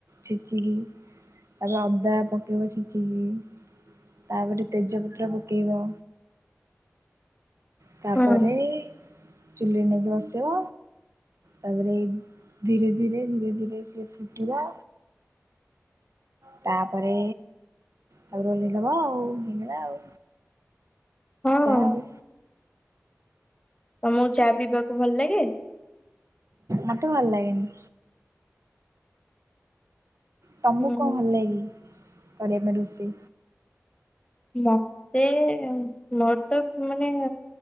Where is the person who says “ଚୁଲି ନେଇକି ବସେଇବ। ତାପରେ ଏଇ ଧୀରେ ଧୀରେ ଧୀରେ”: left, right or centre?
Right